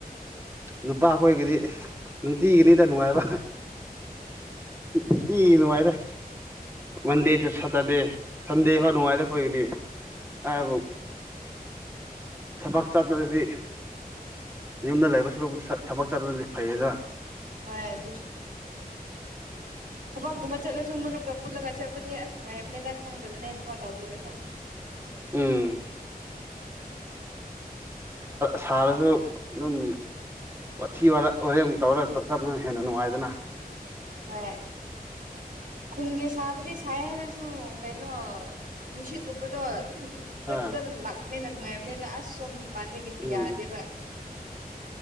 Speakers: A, on the right; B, on the right.
A: ꯅꯨꯄꯥ ꯈꯈꯣꯏꯒꯤꯗꯤ ꯅꯨꯡꯇꯤꯒꯤꯅꯤꯗ ꯅꯨꯡꯉꯥꯏꯕ ꯏꯗꯤꯤ ꯅꯨꯡꯉꯥꯏꯗ ꯃꯟꯗꯦꯁꯨ ꯁꯇꯔꯗꯦ ꯁꯟꯗꯦ ꯈꯔ ꯅꯨꯡꯉꯥꯏꯔꯦ ꯑꯩꯈꯣꯏꯒꯤꯗꯤ ꯍꯥꯏꯕꯨ ꯊꯕꯛ ꯆꯠꯄꯗꯗꯤ ꯌꯨꯝꯗ ꯂꯩꯕ ꯁꯨꯔꯨꯕꯨꯗꯤ ꯊꯕꯛ ꯆꯥꯕꯗꯗꯤ ꯐꯩꯌꯦꯗ
B: ꯍꯣꯏ ꯑꯗꯨ ꯊꯕꯛꯀꯨꯝꯃ ꯆꯠꯂꯁꯨ ꯃꯔꯨꯞꯀ ꯄꯨꯜꯂꯒ ꯆꯠꯄꯅꯦ ꯑꯁ ꯅꯨꯡꯉꯥꯏꯕꯅꯤꯗ ꯈꯪꯗꯕꯅꯦ ꯊꯕꯛ ꯇꯧꯈꯤꯕꯁꯨ
A: ꯎꯝ ꯁꯥꯔꯁꯨ ꯑꯗꯨꯝ ꯋꯥꯊꯤ ꯋꯥꯔꯦꯝ ꯇꯧꯔꯒ ꯆꯠꯗꯨꯅ ꯍꯦꯟꯅ ꯅꯨꯡꯉꯥꯏꯗꯅ
B: ꯍ ꯈꯨꯟꯒꯦ ꯆꯥꯕꯨꯗꯤ ꯁꯥꯏ ꯍꯥꯏꯦꯔꯣꯏꯁꯨꯨꯡ ꯀꯩꯅꯅ ꯀꯩꯅ ꯅꯨꯡꯁꯤꯠꯀꯨꯝꯕꯗꯣ ꯑꯗꯨꯝ ꯐꯖ
A: ꯑ
B: ꯐꯖꯕꯅ ꯂꯥꯛꯄꯅꯦꯅ ꯅꯨꯡꯉꯥꯏꯕꯅꯤꯅ ꯑꯁ ꯁꯣꯝ ꯄꯥꯟꯗ ꯀꯗꯤ
A: ꯎꯝ
B: ꯌꯥꯗꯦꯕ